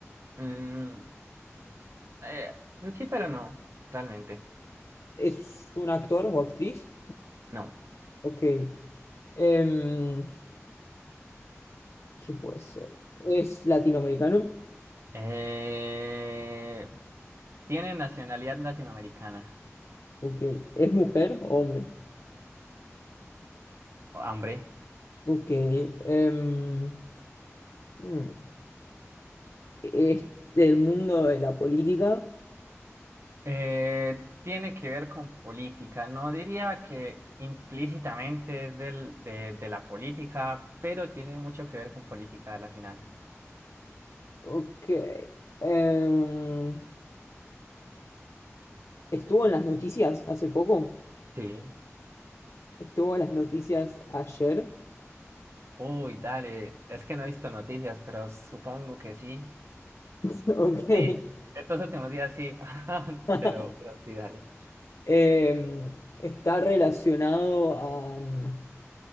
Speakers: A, on the right; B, on the left.
A: Mm, eh, sí, pero no, realmente.
B: ¿Es un actor o actriz?
A: No.
B: Ok. Em, ¿qué puede ser? ¿Es latinoamericano?
A: Eh, tiene nacionalidad latinoamericana.
B: Ok. ¿Es mujer o hombre?
A: Hombre.
B: Ok. em, mm, ¿es del mundo de la política?
A: Eh, tiene que ver con política. No diría que implícitamente es del, de, de la política, pero tiene mucho que ver con política a la final.
B: Ok. em, ¿estuvo en las noticias hace poco?
A: Sí.
B: ¿Estuvo en las noticias ayer?
A: Uy, dale. Es que no he visto noticias, pero supongo que sí.
B: <laughs> Ok.
A: Sí, estos últimos días sí. <laughs>
B: <laughs>
A: Pero, pero sí, dale.
B: Em, está relacionado a mm,